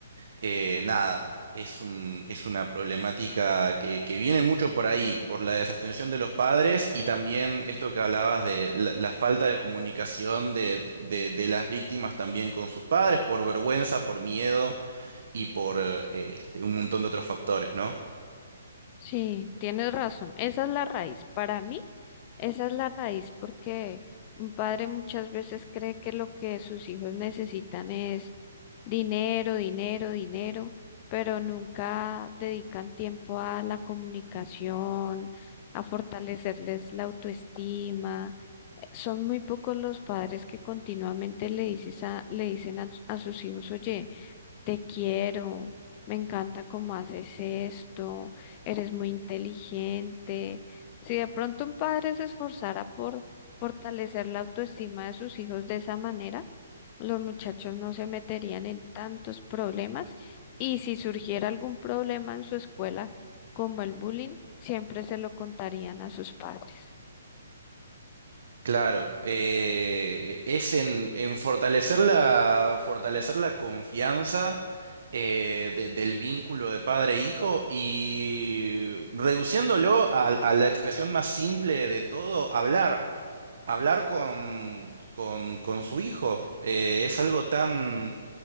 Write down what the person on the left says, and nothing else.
Sí, tienes razón. Esa es la raíz. Para mí, Esa es la raíz, porque un padre muchas veces cree que lo que sus hijos necesitan es dinero, dinero, dinero, pero nunca dedican tiempo a la comunicación, a fortalecerles la autoestima. Son muy pocos los padres que continuamente le dices a- le dicen a a sus hijos, oye, te quiero, me encanta cómo haces esto, eres muy inteligente. Si de pronto un padre se esforzara por fortalecer la autoestima de sus hijos de esa manera, los muchachos no se meterían en tantos problemas y si surgiera algún problema en su escuela, como el bullying, siempre se lo contarían a sus padres.